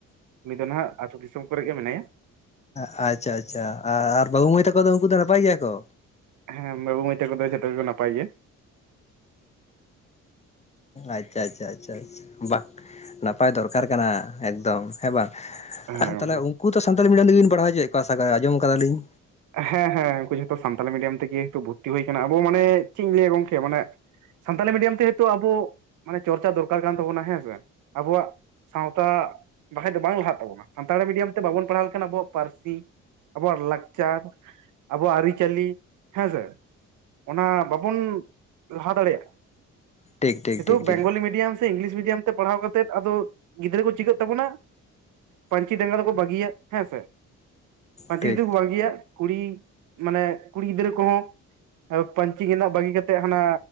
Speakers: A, on the right; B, on the left.
A: ᱩᱱᱤ ᱫᱚ ᱱᱟᱜ ᱟᱹᱛᱩ ᱫᱤᱥᱚᱢ ᱠᱚᱨᱮ ᱜᱮ ᱢᱮᱱᱟᱭᱟ ᱾
B: ᱦᱚᱸ ᱟᱪᱪᱷᱟ ᱟᱪᱪᱷᱟ, ᱟᱨ ᱵᱟᱹᱦᱩ ᱢᱟᱹᱭ ᱛᱟᱠᱚ ᱫᱚ ᱩᱱᱠᱩ ᱫᱚ ᱱᱟᱯᱟᱭ ᱜᱮᱭᱟ ᱠᱚ?
A: ᱦᱮᱸ ᱵᱟᱹᱵᱩ ᱢᱟᱹᱭ ᱛᱟᱠᱩ ᱠᱚᱫᱚ ᱡᱚᱛᱚ ᱜᱮ ᱱᱟᱯᱟᱭ ᱜᱮᱭᱟ ᱾
B: ᱟᱪᱪᱷᱟ ᱟᱪᱪᱷᱟ ᱟᱪᱷᱟᱷᱟ ᱵᱟᱝ ᱱᱟᱯᱟᱭ ᱫᱚᱨᱠᱟᱨ ᱠᱟᱱᱟ ᱮᱠᱫᱚᱢ ᱦᱮᱸ ᱵᱟᱝ ᱾
A: ᱦᱮᱸ ᱜᱚᱝᱠᱮ
B: ᱛᱟᱦᱚᱞᱮ ᱩᱱᱠᱩ ᱫᱚ ᱥᱟᱱᱛᱟᱲᱤ ᱢᱤᱰᱤᱭᱟᱢ ᱛᱮᱜᱮᱵᱤᱱ ᱯᱟᱲᱦᱟᱣ ᱦᱚᱪᱚᱭᱮᱫ ᱠᱚᱣᱟ ᱥᱮ ᱟᱸᱡᱚᱢ ᱠᱟᱫᱟᱞᱤᱧ?
A: ᱦᱮᱸ ᱦᱮᱸ ᱩᱱᱠᱩ ᱡᱚᱛᱚ ᱥᱟᱱᱛᱟᱞᱤ ᱢᱤᱰᱤᱭᱟᱢ ᱛᱮᱜᱮ ᱛᱚ ᱵᱷᱩᱨᱛᱤ ᱦᱩᱭ ᱟᱠᱟᱱᱟ ᱟᱵᱚ ᱢᱟᱱᱮ ᱪᱮᱫ ᱤᱧ ᱞᱟᱹᱭᱟ ᱜᱚᱝᱠᱮ ᱢᱟᱱᱮ ᱥᱟᱱᱛᱟᱞᱤ ᱢᱤᱰᱤᱭᱟᱢ ᱛᱮ ᱟᱵᱚ ᱢᱟᱱᱮ ᱪᱚᱨᱪᱟ ᱫᱚᱨᱠᱟᱨ ᱠᱟᱱ ᱛᱟᱵᱚᱱᱟ ᱦᱮᱸᱥᱮ ᱟᱵᱚᱣᱟᱜ ᱥᱟᱶᱛᱟ ᱵᱟᱠᱷᱟᱡ ᱫᱚ ᱵᱟᱝ ᱞᱟᱦᱟᱜ ᱛᱟᱵᱚᱱᱟ᱾ ᱥᱟᱱᱛᱟᱲᱤ ᱢᱤᱰᱤᱭᱟᱢ ᱛᱮ ᱵᱟᱵᱚᱱ ᱯᱟᱲᱦᱟᱣ ᱞᱮᱱᱠᱷᱟᱱ ᱟᱵᱚᱣᱟᱜ ᱯᱟᱹᱨᱥᱤ ᱟᱵᱚᱣᱟᱜ ᱞᱟᱠᱪᱟᱨ ᱟᱵᱚᱣᱟᱜ ᱟᱹᱨᱤᱪᱟᱹᱞᱤ ᱦᱮᱸ ᱥᱮ᱾ ᱚᱱᱟ ᱵᱟᱵᱚᱱ ᱞᱟᱦᱟ ᱫᱟᱲᱮᱭᱟᱜ
B: ᱴᱷᱤᱠ ᱴᱷᱤᱠ
A: ᱱᱤᱛᱚᱜ
B: ᱴᱷᱤᱠ ᱴᱷᱤᱠ
A: ᱵᱮᱝᱜᱚᱞᱤ ᱢᱤᱰᱤᱭᱟᱢ ᱤᱝᱜᱞᱤᱥ ᱢᱤᱰᱤᱭᱟᱢ ᱛᱮ ᱯᱟᱲᱦᱟᱣ ᱠᱟᱛᱮᱫ ᱟᱫᱚ ᱜᱤᱫᱽᱨᱟᱹ ᱠᱚ ᱪᱤᱠᱟᱹᱜ ᱛᱟᱵᱚᱱᱟ ᱯᱟᱹᱧᱪᱤ ᱰᱮᱸᱜᱟ ᱫᱚᱠᱚ ᱵᱟᱹᱜᱤᱭᱟ ᱦᱮᱸᱥᱮ ᱯᱟᱹᱧᱪᱤ
B: ᱴᱷᱤᱠ
A: ᱫᱷᱤ ᱠᱚ ᱵᱟᱹᱜ ᱠᱩᱲᱤ ᱢᱟᱱᱮ ᱠᱩᱲᱤ ᱜᱤᱫᱽᱨᱟᱹ ᱠᱚᱦᱚᱸ ᱯᱟᱹᱧᱪᱤ ᱜᱮᱸᱫᱟᱜ ᱵᱟᱹᱜᱤ ᱠᱟᱛᱮᱜ ᱦᱟᱱᱟ